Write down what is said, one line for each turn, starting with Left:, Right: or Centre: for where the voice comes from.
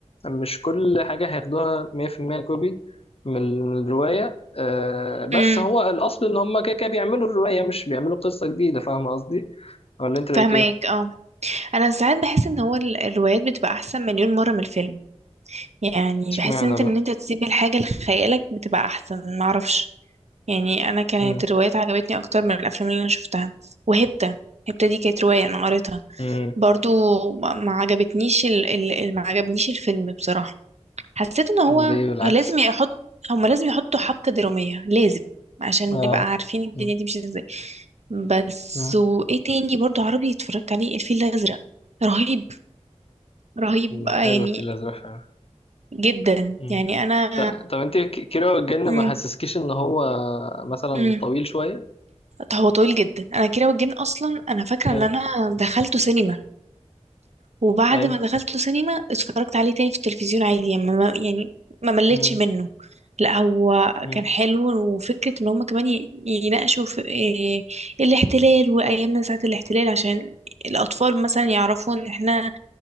Left: مش كل حاجه هياخدوها 100% كوبي من ال- من الروايه آه، بس
Right: امم
Left: هو الاصل ان هما كده كده بيعملوا الروايه مش بيعملوا قصه جديده فاهم قصدي ولا انت رايك
Right: فهماك
Left: ايه
Right: اه انا ساعات بحس ان هو ال- الروايات بتبقى احسن مليون مره من الفيلم يعني
Left: اشمعنى
Right: بحس ان انت
Left: بقى
Right: ان انت تسيب الحاجه لخيالك بتبقى احسن معرفش يعني انا كانت
Left: امم
Right: الروايات عجبتني اكتر من الافلام اللي انا شفتها وهبتة هبتة دي كانت روايه انا قريتها
Left: امم
Right: برضو ما ما عجبتنيش ال... ال... ال- ما عجبنيش الفيلم بصراحه حسيت ان هو
Left: ليه بالعكس
Right: لازم يحط هما لازم يحطوا حبكه دراميه لازم عشان
Left: اه
Right: نبقى عارفين الدنيا
Left: مم.
Right: دي مش ازاي بس
Left: مم.
Right: وايه تاني برضو عربي اتفرجت عليه الفيل الازرق رهيب رهيب
Left: مم.
Right: آه،
Left: حلو
Right: يعني
Left: في الازرق
Right: جدا
Left: مم.
Right: يعني انا
Left: ط- طب انت ك- كيرة والجن
Right: مم.
Left: ما حسسكيش ان هو مثلا
Right: مم.
Left: طويل شوية
Right: طب هو طويل جدا انا كيرة والجن اصلا انا فاكره
Left: حلو
Right: ان انا دخلته سينما وبعد
Left: حلو
Right: ما دخلته سينما اتفرجت عليه تاني في التلفزيون عادي يعني ما يعني ما مليتش
Left: مم.
Right: منه لا هو
Left: مم.
Right: كان حلو وفكره ان هم كمان ي- يناقشوا في إيه الاحتلال وايامنا ساعه الاحتلال عشان الاطفال مثلا يعرفوا ان احنا